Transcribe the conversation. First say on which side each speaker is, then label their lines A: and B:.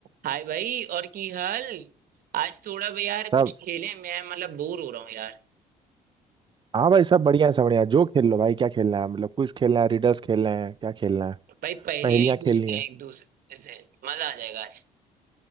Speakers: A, on the right; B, on the right.
A: हाय भाई और की हाल आज थोड़ा भाई यार
B: सब
A: कुछ खेलें मैं मतलब बोर हो रहा हूँ यार
B: हाँ भाई सब बढ़िया है सब बढ़िया है। जो खेल लो भाई क्या खेलना है मतलब क्विज खेलना है रिडल्स खेलना है क्या खेलना है
A: भाई पहेलियां
B: पहेलियाँ
A: ही
B: खेलनी
A: पूछते
B: है
A: हैं एक दूसरे से मजा आ जाएगा आज